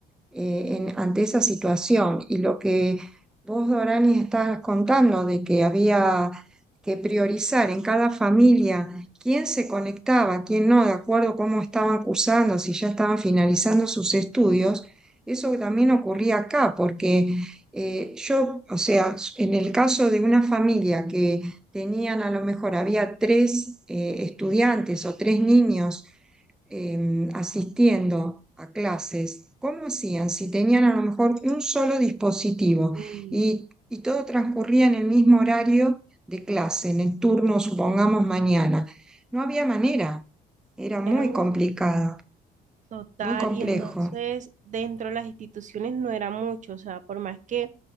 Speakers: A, in the centre; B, on the right.
A: eh, en- ante esa situación. Y lo que vos, Dorani, estás contando de que había que priorizar en cada familia quién se conectaba, quién no, de acuerdo a cómo estaban cursando, si ya estaban finalizando sus estudios, eso también ocurría acá, porque eh, yo, o sea, en el caso de una familia que tenían a lo mejor, había tres eh, estudiantes o tres niños, eh, asistiendo a clases, ¿cómo hacían si tenían a lo mejor un solo dispositivo
B: Mm,
A: y, y todo transcurría en el mismo horario de clase, en el turno, supongamos, mañana? No había manera, era muy
B: era muy
A: complicado,
B: Total,
A: muy complejo.
B: y entonces dentro de las instituciones no era mucho, o sea, por más que